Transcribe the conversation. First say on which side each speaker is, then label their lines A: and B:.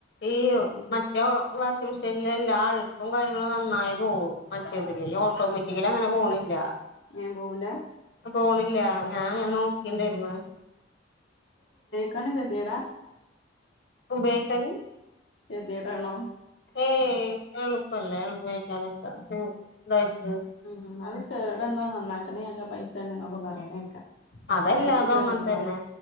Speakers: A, on the left; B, on the left.
A: ഈ
B: ഉം
A: മറ്റെ വാഷിംഗ് മെഷീൻ ഇല എല്ലാ അഴുക്കും കാര്യങ്ങളും നന്നായി പോവും മറ്റേതില് ഓട്ടോമാറ്റിക്കലി അങ്ങനെ പോണില്ല
B: ഞാൻ പോവൂല
A: പോണ്ല്ല. ഞാൻ അങ്ങനെ നോക്കി ഇണ്ടായിരുന്നു
B: കാര്ണം കെത്യേട
A: ഉപേയിക്കാന്
B: കെത്യേടാണൊ
A: ഏയ് എളുപ്പല്ലെ എളുപ്പേനക്കെ <unintelligible>
B: ഉം അത് കേടന്നാ നന്നാക്ക്ണേ കല്ല പൈസേണ്ന്നൊക്കെ പറിണേക്കാം
A: അതല്ലാതും
B: ഇങ്ങൾത് കേടന്ന്ണോ.
A: അങ്ങനെ തന്നെ